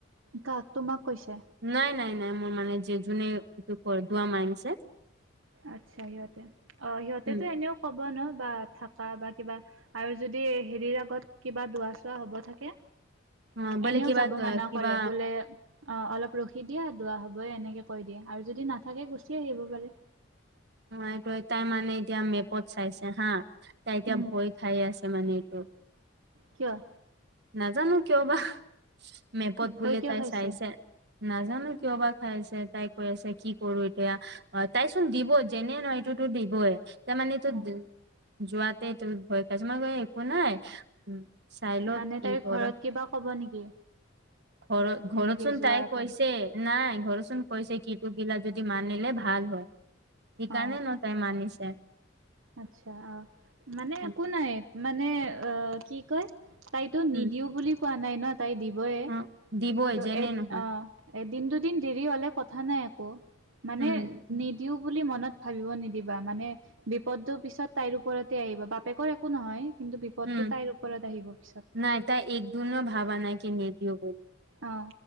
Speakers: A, on the right; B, on the right.
A: কাক তোমাক কৈছে?
B: নাই নাই নাই মোৰ মানে যে যোনে এইটো দোৱা মানছে।
A: আচ্ছা সিহঁতে অ, সিহঁতেতো
B: উম
A: এনেও ক'ব ন বা থাকা বা কিবা আৰু যদি হেৰিৰ আগত কিবা দুৱা চোৱা হ'ব থাকে।
B: অ বোলে
A: এনেও
B: কিবা
A: যাব মানা
B: কিবা
A: কৰে বোলে অ, অলপ ৰখি দিয়া দুৱা হবই এনেকে কৈ দিয়ে আৰু যদি নাথাকে গুচি আহিব পাৰে।
B: এইটো তাই মানে এতিয়া মেপত চাইছে হা, তাই এতিয়া
A: উম
B: ভয় খাই আছে মানে এইটো।
A: কিয়?
B: নাজানো কিয় বা মেপত
A: ভয়
B: বোলে
A: কিয়
B: তাই
A: খাইছে
B: চাইছে। নাজানো কিয় বা খাই আছে তাই কৈ আছে কি কৰো এতিয়া। অ তাইচোন দিব যেনে নহয় এইটোতো দিবই। তাৰ মানে এইটোত
A: অ
B: যোৱাতে এইটো ভয় খাইছ মই গৈ একো নাই। উম চাইলত
A: মানে
B: কি
A: তাইৰ
B: কৰা
A: ঘৰত কিবা ক'ব নেকি
B: ঘৰত
A: সেনেকে
B: ঘৰতচোন
A: যোৱাৰ
B: তাই
A: কেন
B: কৈছে নাই ঘৰচোন কৈছে কিটো বিলা যদি মানিলে ভাল হয় সেইকাৰণে
A: অ
B: ন- তাই মানিছে।
A: আচ্ছা মানে
B: উম
A: একো নাই মানে কি কয়। তাইতো
B: উম
A: নিদিও বুলি কোৱা নাই ন তাই দিবয়ে
B: অ দিবই
A: ত'
B: যেনে
A: এদ
B: নহয়
A: অ। এদিন দুদিন দেৰি হলে কথা নাই একো। মানে
B: উম
A: নিদিও বুলি মনত ভাবিব নিদিবা মানে বিপদটো পিছত তাইৰ ওপৰতে আহিব বাপেকৰ একো নহয় কিন্তু বিপদটো
B: উম
A: তাইৰ ওপৰত আহিব পিছত।
B: নাই তাই এক দুনো ভাৱা নাই কে নিদিও বুলি।
A: অ।